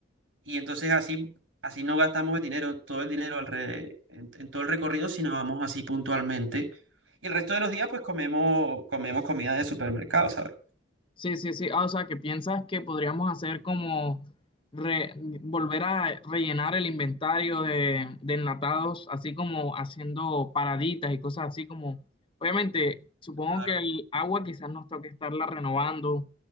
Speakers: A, on the right; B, on the left.
A: Y entonces así, así no gastamos el dinero, todo el dinero alre- en, en todo el recorrido, sino vamos así puntualmente. Y el resto de los días, pues comemos, comemos comida de supermercado, ¿sabes?
B: Sí, sí, sí. Ah, o sea, que piensas que podríamos hacer como re- volver a rellenar el inventario de, de enlatados, así como haciendo paraditas y cosas así como, obviamente, supongo
A: Claro.
B: que el agua quizás nos toque estarla renovando